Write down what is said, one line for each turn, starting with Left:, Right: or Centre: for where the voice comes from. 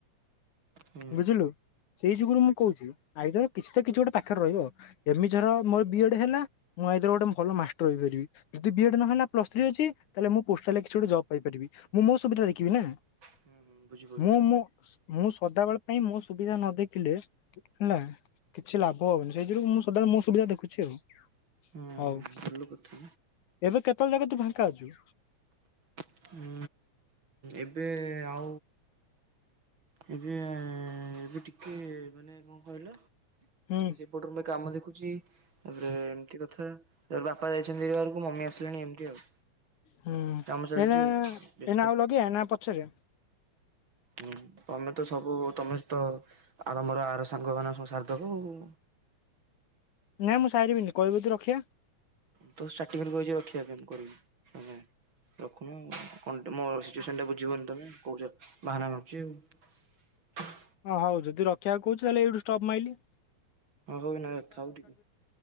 Right: ହୁଁ।
Left: ବୁଝିଲୁ ସେଇ ଯୁଗୁରୁ ମୁଁ କହୁଛି। ଆଇଦର କିଛି ତ କିଛି ଗୋଟେ ପାଖରେ ରହିବ ଏମିତି ଧର ମୋର ବିଏଡ ହେଲା ମୁଁ ଆଇଦର ଗୋଟେ ଭଲ ମାଷ୍ଟର ହେଇପାରିବି ଯଦି ବିଏଡ ନହଲା ପ୍ଲସ୍ ଥ୍ରୀ ଅଛି। ତାହେଲେ ମୁଁ ପୋଷ୍ଟାଲରେ କିଛି ଗୋଟେ ଜବ ପାଇପାରିବି। ମୁଁ ମୋ ସୁବିଧା ଦେଖିବି ନା।
Right: ହୁଁ ହୁଁ ବୁଝିପାରୁଛି।
Left: ମୁଁ ମୁଁ। ମୁଁ ସଦାବେଳେ ପାଇଁ ମୋ ସୁବିଧା ନ ଦେଖିଲେ ହେଲା କିଛି ଲାଭ ହବନି, ସେଇ ଯୁୁଗୁରୁ ମୁଁ ସଦାବେଳେ ମୋ ସୁବିଧା ଦେଖୁଛି ଆଉ,
Right: ହୁଁ।
Left: ହଉ
Right: ଭଲ କଥା
Left: ଏବେ କେତେବେଳେ ଜାଗା ତୁ ଫାଙ୍କା ଅଛୁ?
Right: ଉଁ ଏବେ ଆଉ। ଏବେ ଏବେ ଟିକେ ମାନେ କଣ କହିଲ
Left: ହୁଁ
Right: ସେପଟରୁ କାମ ଦେଖୁ ତାପରେ ଏମିତି କଥା ତାପରେ ବାପା ଯାଇଛନ୍ତିି ବାହାରକୁ ମମି ଆସିଲେଣି ଏମିତି ଆଉ।
Left: ହୁଁ
Right: କାମ ଚାଲିଛି
Left: ଏଇନା
Right: ଆଉ ବ୍ୟସ୍ତ।
Left: ଏଇନା ଆଉ ଲଗେଇଆ ନା ପଛରେ?
Right: ହୁଁ ତମେ ତ ସବୁ ତମେ ତ ଆର ମୋର ଆର ସାଙ୍ଗ ମାନ ସବୁ ସାରିଦବ ଆଉ।
Left: ନାଇଁ ମୁଁ ସାରିବିନି କହିବୁ ଯଦି ରଖିବା।
Right: ମୁଁ ତ ଷ୍ଟାର୍ଟିଂ ରୁ କହିଛି ରଖିବା ପାଇଁ କରିବି, ରଖୁନ ମୋ ସିଚୁଏସନ ଟା ବୁଝିବୁନି ତମେ କହୁଛ ବାହାନା ମାରୁଚି ଆଉ।
Left: ଓ ହଉ ଯଦି ରଖିବାକୁ କହୁଛି ତାହେଲେ ଏଇଠୁ ଷ୍ଟପ୍ ମାଇଲିି।
Right: ହଁ ହଉନାଇ ଥାଉ ଟିକେ,